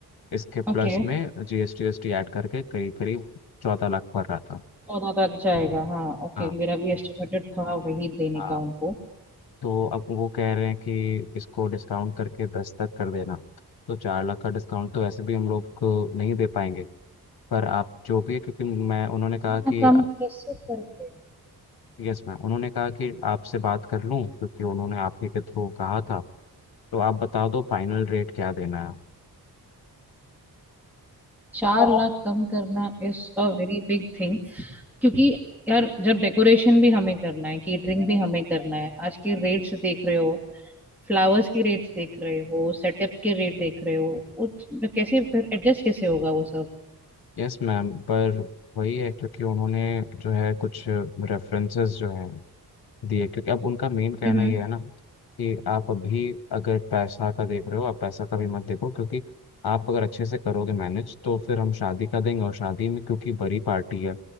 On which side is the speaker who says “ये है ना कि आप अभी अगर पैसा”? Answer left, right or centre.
Left